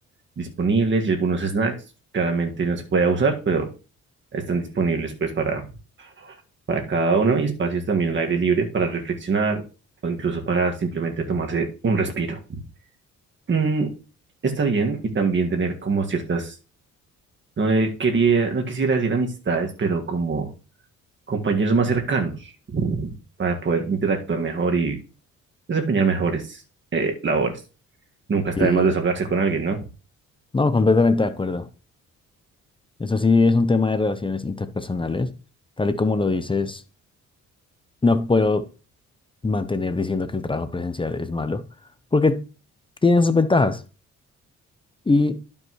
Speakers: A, on the right; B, on the left.
A: disponibles y algunos snacks. Claramente no se puede abusar, pero están disponibles pues para, para cada uno y espacios también al aire libre para reflexionar o incluso para simplemente tomarse un respiro. Mm, está bien y también tener como ciertas, no eh, quería, no quisiera decir amistades, pero como compañeros más cercanos para poder interactuar mejor y desempeñar mejores eh, labores. Nunca está
B: sí.
A: de más desahogarse con alguien, ¿no?
B: No, completamente de acuerdo. Eso sí es un tema de relaciones interpersonales. Tal y como lo dices, no puedo mantener diciendo que el trabajo presencial es malo, porque tiene sus ventajas. Y